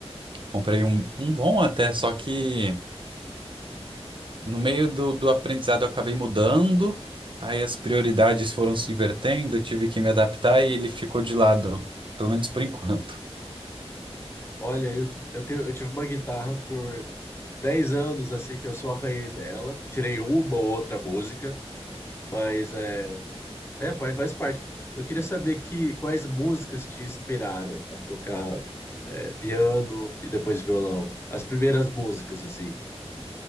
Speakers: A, on the right; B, on the left.
A: comprei um, um bom até, só que No meio do, do aprendizado, eu acabei mudando, aí as prioridades foram se invertendo, eu tive que me adaptar e ele ficou de lado, pelo menos por enquanto.
B: Olha, eu, eu, tenho- eu tive uma guitarra por 10 anos, assim, que eu só arranhei dela. Tirei uma ou outra música, mas é, é, pa- faz parte. Eu queria saber que, quais músicas te inspiraram a tocar é, piano e depois violão. As primeiras músicas, assim.